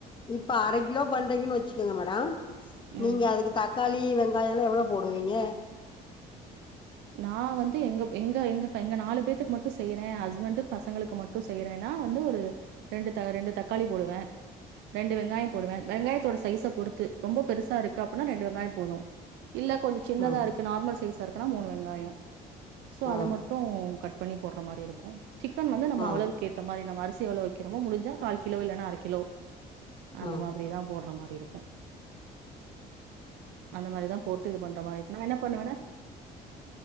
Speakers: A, on the left (about 30°); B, on the right (about 85°).
A: இப்ப அர கிலோ பண்றிங்கன் வச்சிக்கோங்க மேடோ
B: ம்.
A: நீங்க அதுக்கு தக்காளி வெங்காயோல்லா எவ்ளோ போடுவீங்க
B: நா வந்து எங்க எங்க எங்க எங்க நாலு பேத்துக்கு மட்டு செய்றே ஹஸ்பண்டு பசங்களுக்கு மட் டு செய்றேன்னா வந்து ஒரு ரெண்டு த ரெண்டு தக்காளி போடுவே ரெண்டு வெங்காயோ போடுவே வெங்காயத்தோட சைஸ பொறுத்து ரொம்ப பெருசா இருக்கு அப்புன்னா ரெண்டு வெங்காயோ போதோ இல்ல கொஞ்சோ சின்னதா
A: ம்
B: இருக்கு நார்மல் சைஸ்ஸா இருக்குனா மூணு வெங்காயோ சோ அத
A: ம்
B: மட்டு கட் பண்ணி போட்ற மாரி இருக் கு சிக்கன் வந்து நம்ம
A: ம்
B: அளவுக்கு ஏத்த மாரி நம்ம அரிசி எவ்ளோ வைக்கிறோமோ முடிஞ்சா கால் கிலோ இல்லன்னா அர கிலோ அந்த
A: ம்
B: மாதிரிதா போட்ற மாரி இருக்கு அந்த மாரிதா போட்டு இது பண்ற மாரி இருக்கு நா என்ன பண்ணுவேனா